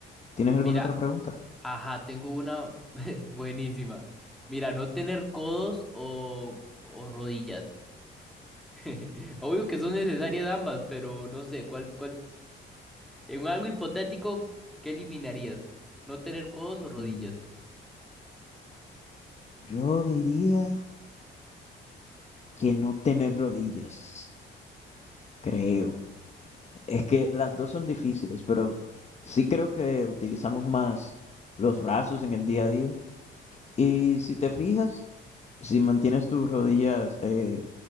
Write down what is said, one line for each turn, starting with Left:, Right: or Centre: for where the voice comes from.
Left: ¿Tienes
Centre: Mira,
Left: alguna otra pregunta?
Centre: ajá, tengo una <laughs> buenísima. Mira, no tener codos o, o rodillas. <laughs> Obvio que son necesarias ambas, pero no sé, ¿cuál, cuál? En algo hipotético, ¿qué eliminarías? ¿No tener codos o rodillas?
Left: Mm, Yo diría que no tener rodillas, creo. Es que las dos son difíciles, pero sí creo que utilizamos más los brazos en el día a día. Y si te fijas, Si mantienes tus rodillas eh,